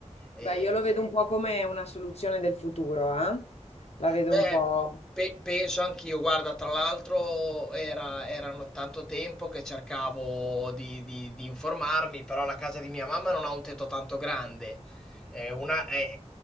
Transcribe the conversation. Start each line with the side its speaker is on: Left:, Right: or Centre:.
Centre: E-
Left: Beh, io lo vedo un po' come una soluzione del futuro, eh? La vedo
Centre: Beh,
Left: un po'.
Centre: pe- penso anch'io. Guarda, tra l'altro era, erano tanto tempo che cercavo di, di- di informarmi, però la casa di mia mamma non ha un tetto tanto grande. È una, è-